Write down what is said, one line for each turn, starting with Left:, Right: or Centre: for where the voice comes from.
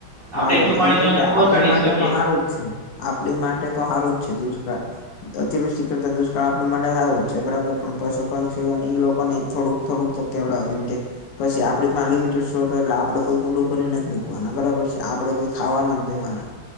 Right: આપડે
Left: હા
Right: એટલું
Left: જો
Right: પાણી
Left: એ
Right: તો
Left: રીતે
Right: એને
Left: આપડી
Right: પહોંચાડી
Left: માટે
Right: જ શકીએ
Left: તો સારું જ છે આપડી માટે તો સારું જ છે દુષ્કાળ. અતિવૃષ્ટિ કરતા દુષ્કાળ આપણું માટે હારું જ છે બરાબર પણ પશુ પંક્ષીઓ અને ઈ લોકો ને થોડુંક થોડુંક તો કેવ કેમ કે પછી આપડી માં લિમિટેડ શો હતો એટલે આપડે કોઈ કુંંડું ભરીને મુૂકવાના બરાબર છે. કે આપણેે કોઈ ખાવાના દેવાના.